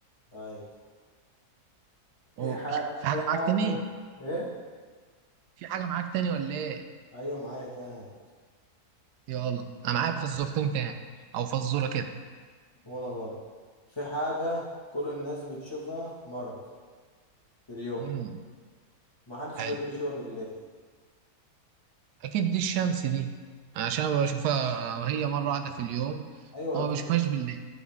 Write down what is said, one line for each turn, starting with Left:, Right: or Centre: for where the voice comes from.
Left: طيب في
Right: أوه.
Left: حاجة
Right: في حاجه
Left: في
Right: معاك
Left: حاجة
Right: تاني
Left: ايه
Right: في حاجه معاك تاني ولا ايه
Left: ايوه معايا تاني
Right: يلا انا معايا فزورتين تاني او فزوره كده
Left: وانا برضه في حاجة كل الناس بتشوفها مرة في اليوم
Right: امم
Left: محدش
Right: حلو
Left: بيقدر يشوفها بالليل
Right: اكيد دي الشمس دي عشان أنا بشوفها هي مره واحده في اليوم
Left: ايوه
Right: وما
Left: اكيد
Right: بشوفهاش بالليل